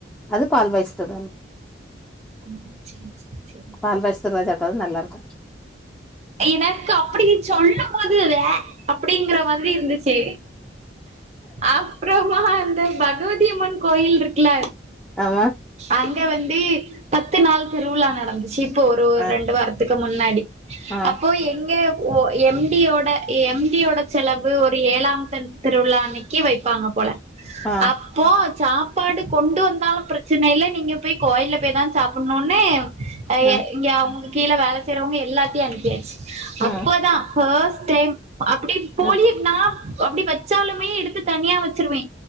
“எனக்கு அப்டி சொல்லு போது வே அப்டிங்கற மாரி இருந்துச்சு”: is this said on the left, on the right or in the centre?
Right